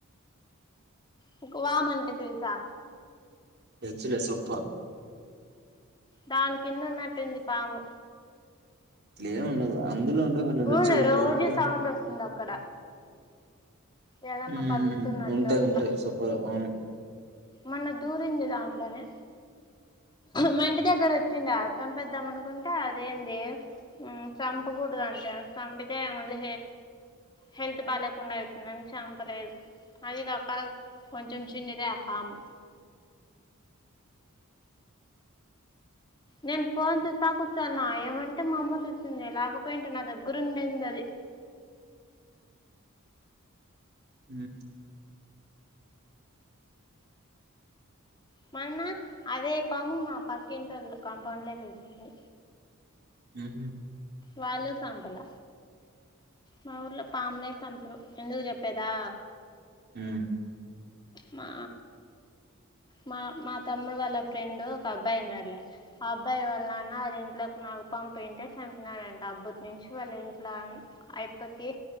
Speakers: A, on the left; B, on the right.
A: నీకు వామంటే తెలుసా
B: తెంచలే సప్ప
A: దాని కింద ఉన్నట్టుంది పాము
B: ఏమి ఉండదు అందులో కొంచెం
A: అవును
B: వెచ్చగా ఉంటాయి
A: రోజు
B: కాబట్టి
A: సౌండ్ వస్తుంది అక్కడ ఏదన్నా
B: ఊ
A: కదులుతున్నట్టు
B: ఉంటాయి
A: అట్లా
B: ఉంటాయి సూపర్ అవును
A: మొన్న దూరింది దాంట్లోనే మా ఇంటి దగ్గర వచ్చింది మొన్న దూరింది దంట్లోనే మా ఇంటి దగ్గర వచుండే చంపేద్దాం అనుకుంటే అదేంది చంపకూడదు అంటే చంపితే మళ్ళీ హెల్త్ బాగా లేకుండా అవుతుందిని చంపలేదు అది కాక కొంచెం చిన్నదే అ పాము నేను ఫోన్ చూస్తా కూర్చున్న అంటే మా అమ్మ చూసింది లేకపోయింట నా దగ్గర ఉండేంది అది
B: హుమ్
A: మొన్న అదే పాము మా పక్కింటోల్ల కాంపౌండ్ లోకి వస్తుంది
B: హుహుమ్
A: వాళ్ళు సంపల మా ఊర్లో పాములే సంపరు ఎందుకు చెప్పేదా
B: మ్మ్
A: మా మా మా తమ్ముడు వాళ్ళ ఫ్రెండ్ ఒక అబ్బాయి ఉన్నాడు లే ఆ అబ్బాయి వాళ్ళ నాన్న వాళ్ళ ఇంట్లోకి నాగుపాము పోయి ఉంటే చంపినాడంట అప్పటినుంచి వాళ్ళింట్లో అబ్బాయికి